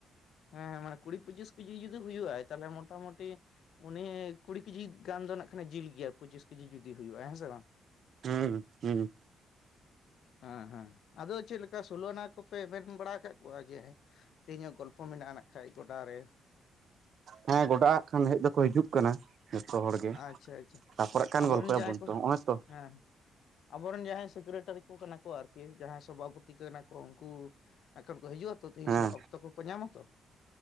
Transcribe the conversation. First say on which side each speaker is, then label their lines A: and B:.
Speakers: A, on the left (about 70°); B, on the right (about 60°).
A: ᱦᱮᱸ ᱦᱮᱸ ᱢᱟᱱᱮ ᱠᱩᱲᱤ ᱯᱩᱪᱤᱥ ᱠᱤᱡᱤ ᱡᱩᱫᱤ ᱦᱩᱭᱩᱜ-ᱟᱭ ᱛᱟᱞᱦᱮ ᱢᱚᱴᱟᱢᱩᱴᱤ ᱩᱱᱤ ᱠᱩᱲᱤ ᱠᱤᱡᱤ ᱜᱟᱱ ᱫᱚ ᱱᱟᱜ ᱠᱷᱟᱱᱮ ᱡᱤᱞ ᱜᱮᱭᱟ ᱯᱩᱪᱤᱥ ᱠᱤᱡᱤ ᱡᱩᱫᱤ ᱦᱩᱭᱩᱜ-ᱟᱭ ᱦᱮᱸ ᱥᱮ ᱵᱟᱝ?
B: ᱦᱩᱸ ᱦᱩᱸ᱾
A: ᱦᱮᱸ ᱦᱮᱸ ᱟᱫᱚ ᱪᱮᱜ ᱞᱮᱠᱟ ᱥᱳᱞᱳ ᱟᱱᱟ ᱠᱚᱯᱮ ᱢᱮᱱ ᱵᱟᱲᱟ ᱟᱠᱟᱜ ᱠᱚᱣᱟ ᱡᱮ ᱛᱮᱦᱮᱧᱚᱜ ᱜᱚᱞᱯᱷᱚ ᱢᱮᱱᱟᱜᱼᱟ ᱱᱟᱜ ᱠᱷᱟᱡ ᱜᱚᱰᱟ ᱨᱮ᱾
B: ᱦᱮᱸ ᱜᱚᱰᱟ ᱠᱷᱟᱱ ᱦᱮᱡ ᱫᱚᱠᱚ ᱦᱤᱡᱩᱜ ᱠᱟᱱᱟ᱾ ᱡᱚᱛᱚ ᱦᱚᱲ ᱜᱮ᱾
A: ᱟᱪᱪᱷᱟ ᱟᱪᱪᱷᱟ
B: ᱛᱟᱯᱚᱨᱮ ᱠᱷᱟᱱ
A: ᱟᱵᱚᱨᱮᱱ
B: ᱜᱚᱞᱯᱚᱭᱟᱵᱚᱱ
A: ᱡᱟᱦᱟᱸᱭ ᱠᱚ᱾
B: ᱛᱚ ᱱᱚᱜᱼᱚᱭ ᱛᱚ
A: ᱦᱮᱸ ᱟᱵᱚᱨᱮᱱ ᱡᱟᱦᱟᱸᱭ ᱥᱤᱠᱨᱮᱴᱟᱨᱤ ᱠᱚ ᱠᱟᱱᱟ ᱠᱚ ᱟᱨᱠᱤ ᱡᱟᱦᱟᱸᱭ ᱵᱟᱵᱩ ᱛᱤᱠᱟᱹ ᱱᱟᱠᱚ ᱩᱱᱠᱩ ᱮᱠᱷᱟᱱ ᱠᱚ ᱦᱤᱡᱩᱜ-ᱟ ᱛᱚ ᱛᱤᱦᱧ
B: ᱦᱮᱸ
A: ᱥᱚᱢᱚ ᱚᱠᱛᱚ ᱠᱚᱠᱚ ᱧᱟᱢᱟ ᱛᱚ?